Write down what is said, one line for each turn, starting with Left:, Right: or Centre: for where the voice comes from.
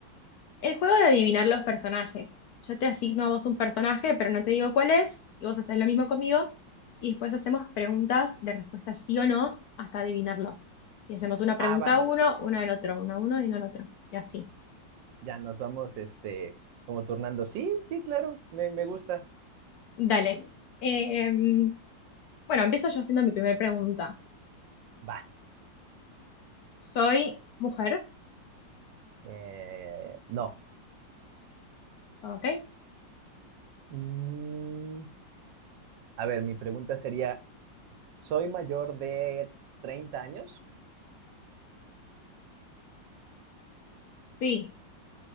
Left: El juego de adivinar los personajes. Yo te asigno a vos un personaje, pero no te digo cuál es, y vos haces lo mismo conmigo, y después hacemos preguntas de respuesta sí o no hasta adivinarlo. Y hacemos una pregunta
Right: Ah, va,
Left: a uno, una al otro, una a uno y una al otro, y así.
Right: ya nos vamos, este, como turnando. Sí, sí, claro, me, me gusta.
Left: Dale. Eh, em, bueno, empiezo yo haciendo mi primera pregunta.
Right: Va,
Left: ¿Soy mujer?
Right: eh, no.
Left: ¿Ok?
Right: Mm, a ver, mi pregunta sería, ¿soy mayor de treinta años?
Left: Sí.